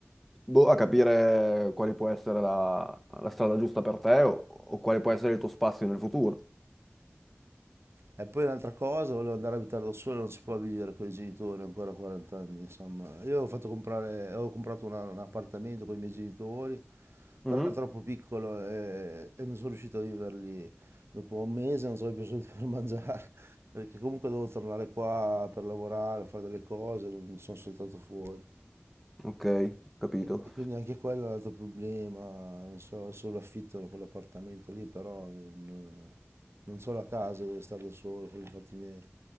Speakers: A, in the centre; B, on the right.
A: boh, a capire quale può essere la, la strada giusta per te o, o quale può essere il tuo spazio nel futuro.
B: E poi un'altra cosa, volevo andare a abitare da solo, non si può vivere con i genitori ancora a 40 anni, insomma. Io ho fatto comprare, avevo comprato una- un appartamento con i miei genitori,
A: Mhm.
B: però era troppo piccolo e, e non sono riuscito a vivere lì. Dopo un mese non avevo più soldi per mangiare, <laughs> perché comunque dovevo tornare qua per lavorare, fare delle cose, non sono saltato fuori.
A: Ok, ho capito.
B: E quindi anche quello è un altro problema, non so, solo affittano quell'appartamento lì, però non, non so la casa dove stare da solo, per i fatti miei.